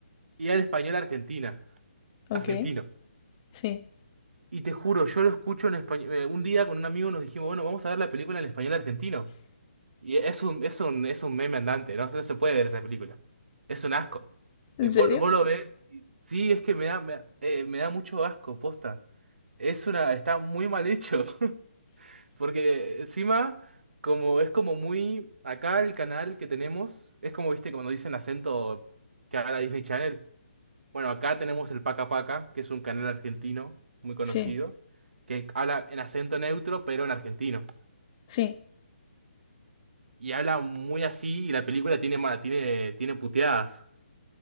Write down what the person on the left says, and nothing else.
ok,
sí.
¿En
serio?
Sí,
sí,